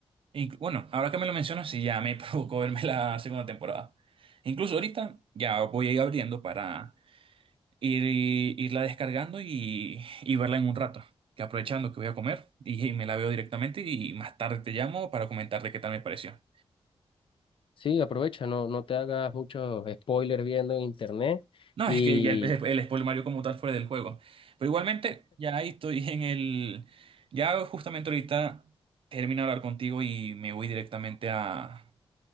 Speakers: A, on the right; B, on the left.
A: Inclu- bueno, ahora que me lo mencionas, sí, ya me <laughs> provocó verme la segunda temporada. Incluso ahorita ya voy a ir abriendo para ir, irla descargando y, y verla en un rato. Que aprovechando que voy a comer y, y me la veo directamente y más tarde te llamo para comentarte qué tal me pareció.
B: Sí, aprovecha, no, no te hagas muchos spoilers viendo en internet
A: No,
B: y
A: es que ya el, el spoiler Mario como tal fuera del juego. Pero igualmente, ya ahí estoy en el... Ya justamente ahorita termino de hablar contigo y me voy directamente a,